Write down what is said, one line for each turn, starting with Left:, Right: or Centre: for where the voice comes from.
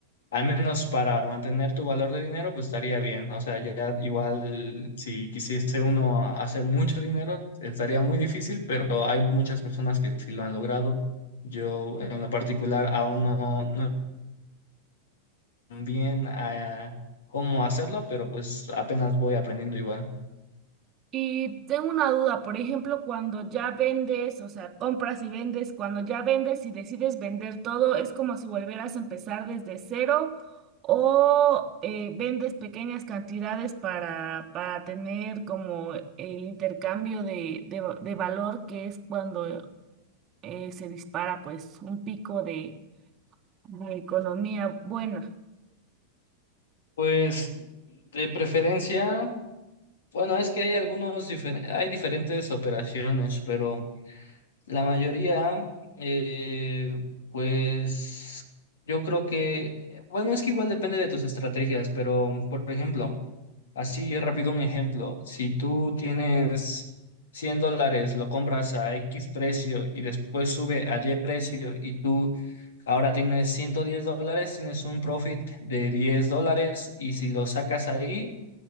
Left: al menos para mantener tu valor de dinero pues estaría bien, o sea, ya igual si quisiese uno hacer mucho dinero estaría muy difícil, pero hay muchas personas que sí lo han logrado. Yo en lo particular aún no, no bien a cómo hacerlo, pero pues apenas voy aprendiendo igual.
Right: Y tengo una duda, por ejemplo, cuando ya vendes, o sea, compras y vendes, cuando ya vendes y decides vender todo, ¿es como si volvieras a empezar desde cero o eh, vendes pequeñas cantidades para, para tener como el intercambio de, de, va- de valor que es cuando eh, se dispara pues un pico de, de economía buena?
Left: Pues de preferencia, bueno, es que hay algunos, difer- hay diferentes operaciones, pero la mayoría, eh, pues yo creo que, bueno, es que igual depende de tus estrategias, pero por ejemplo, Así rápido un ejemplo, si tú tienes 100 dólares, lo compras a X precio y después sube a Y precio y tú ahora tienes 110 dólares, tienes un profit de diez dólares y si lo sacas ahí,